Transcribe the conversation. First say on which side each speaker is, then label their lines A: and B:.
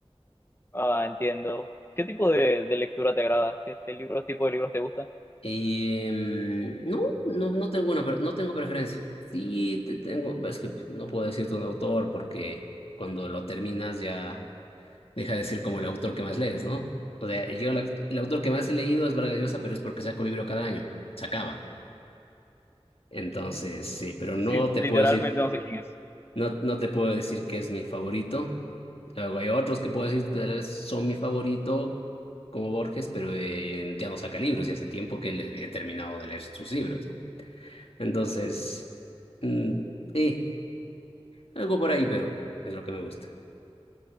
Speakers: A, on the left; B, on the left.
A: Ah, entiendo. ¿Qué tipo de, de lectura te agrada? ¿Qué, qué libros, tipo de libros te gustan?
B: Y, mm, no, no, no tengo una, pre- no tengo preferencia. Sí, te tengo, es que no puedo decirte un autor porque cuando lo terminas ya deja de ser como el autor que más lees, ¿no? O sea, yo la- el autor que más he leído es Vargas Llosa, pero es porque saco un libro cada año, se acaba. Entonces, sí, pero no
A: Sí,
B: te
A: literalmente
B: puedo decir,
A: no sé quién es.
B: no, no te puedo decir que es mi favorito. Luego hay otros que puedo decir que tal vez son mi favorito, como Borges, pero eh, ya no saca libros y hace tiempo que le- he terminado de leer sus libros, ¿no? Entonces, mm, eh, algo por ahí, pero es lo que me gusta.